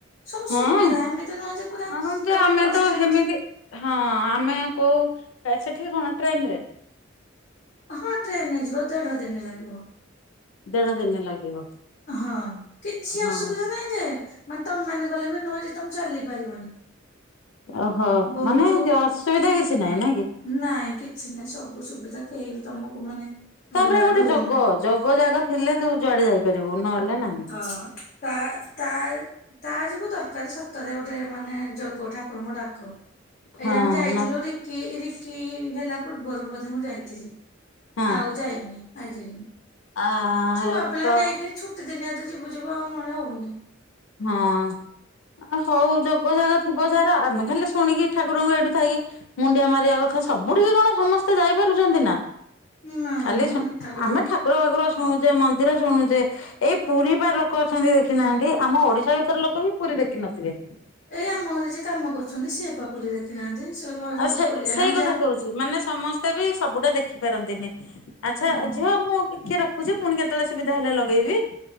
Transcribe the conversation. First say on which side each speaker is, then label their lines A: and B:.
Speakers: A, on the left (about 45°); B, on the left (about 85°).
A: ସବୁ
B: ହଁ।
A: ସୁବିଧା ଏମିତି ନୁହେଁ ଯେ ପୁରା
B: ହଁ ଯେ
A: ତମକୁ
B: ଆମେ
A: ବସ
B: ତ
A: ଷ୍ଟାଣ୍ଡ।
B: ହେମିତି ହଁ ଆମେ କୋଉ ସେଠିକି କଣ ଟ୍ରେନ ରେ।
A: ହଁ ଟ୍ରେନ ରେ ଯିବ ଦେଢ ଦିନ ଲାଗିବ।
B: ଦେଢ ଦିନ ଲାଗିବ।
A: ହଁ କିଛି
B: ହଁ
A: ଅସୁବିଧା ନାହିଁ ଯେ ମାନେ ତମ ମାନେ ଗଲେ ବି ନୁହଁ ଯେ ତମେ ଚାଲି ପାରିବନି।
B: ଓହୋ
A: ବହୁତ
B: ମାନେ ଅସୁବିଧା କିଛି ନାହିଁ ନାଇଁ କି।
A: ନାଇଁ କିଛି ନାଇଁ ସବୁ ସୁବିଧା କେହି ବି ତମକୁ ମାନେ
B: ତାପରେ ଗୋଟେ
A: ରୁମ୍
B: ଯୋଗ ଜଗ ଜାଗ ଥିଲେ ତୁ ଯୁଆଡେ ଯାଇପାରିବୁ ନହେଲେ ନାହିଁ।
A: ହଁ ତା ତା ତା ଯୋଗୁ ଦରକାର ସତରେ ଗୋଟେ ମାନେ ଯୋଗ ଠାକୁରଙ୍କୁ ଡାକ।
B: ହଁ
A: ଏଇଠି ଆମେ ଯାଇଥିଲୁ
B: ନ
A: ରିକି ରିକି ହେଲା ପୂର୍ବରୁ ବୋଧେ ମୁଁ ଯାଇଥିଲି
B: ହଁ
A: ଆଉ। ଯାଇନି ଆଜି।
B: ଆ
A: ଛୁଆ ପିଲା
B: ତ
A: ନେଇକି ଛୁଟି ଦିନିଆ ତ ଯିବୁ ଯିବୁ ଆଉ ନହେଲେ ହଉନି।
B: ହଁ। ହଉ ଯୋଗ ଜାଗ ଥିବ ଯାର ଆମେ ଖାଲି ଶୁଣିକି ଠାକୁରଙ୍କୁ ଏଇଠୁ ଥାଇକି ମୁଣ୍ଡିଆ ମାରିବା କଥା ସବୁଠିକି କଣ ସମସ୍ତେ ଯାଇପାରୁଛନ୍ତି ନା।
A: ନାଇଁ
B: ଖାଲି
A: ମ
B: ଶ
A: ହେଟା ଗୋଟେ
B: ଆମେ ଠା ଠାକୁର ବାକୁର ଶୁଣୁଛେ ମନ୍ଦିର ଶୁଣୁଛେ ଏଇ ପୁରୀ ବା ଲୋକ ଅଛନ୍ତି ଦେଖିନାହାନ୍ତି। ଆମ ଓଡିଶା ଭିତରେ ଲୋକ ବି ପୁରୀ ଦେଖିନଥିବେ।
A: ଏଇ ଆମ ଘରେ ଯିଏ କାମ କରୁଛନ୍ତି ସିଏ ପା ପୁରୀ ଦେଖିନାହାନ୍ତି ସେ କହିଲେ ଭାଉଜ
B: ଆଉ
A: ମୁଁ
B: ସେ
A: ତ ପୁରୀ ଯାଏ
B: ସେଇ
A: ଆମର
B: କଥା
A: ଯାହା।
B: ମାନେ ସମସ୍ତେ ବି ସବୁଟା ଦେଖିପାରନ୍ତିନି ଆଚ୍ଛା
A: ହୁଁ
B: ଝିଅ ମୁ ଦେଖି ରଖୁଛି ପୁଣି କେତେବେଳେ ସୁବିଧା ହେଲେ ଲଗେଇବି।